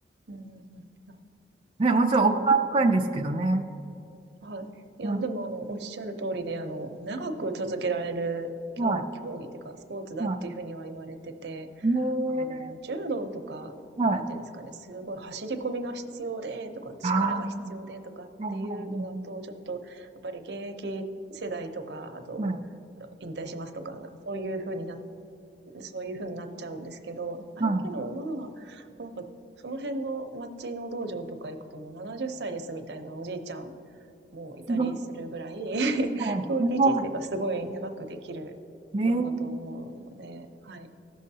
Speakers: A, on the right; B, on the right.
A: うんうんうん。あ、
B: ね、もちろん奥が深いんですけどね。
A: でもはい。いや、
B: うん。
A: でも、あの、おっしゃる通りで、あの、長く続けられる競競技っていうか、
B: はい。
A: スポーツだっていうふうには言われてて、
B: はい。ねえ。
A: あの、柔道とか、
B: はい。
A: なんていうんですかね、すごい走り込みが必要で、とか、力が必要で、
B: あ
A: とかっていうのだと、
B: あ。は
A: ちょっと、やっぱり現役世代とか、あと、
B: い。はい。はい。
A: 引退しますとか、なんかそういうふうにな、そういうふうになっちゃうんですけど、合気道は、
B: はい。はいはい
A: なんか、その辺の町の道場とか行くともう70歳ですみたいなおじいちゃんもいたりするぐらい
B: すごい。
A: <laughs>、
B: はい。
A: 教育人生がすごい長くできるものだと思うので、
B: すごい。ねえ。
A: はい。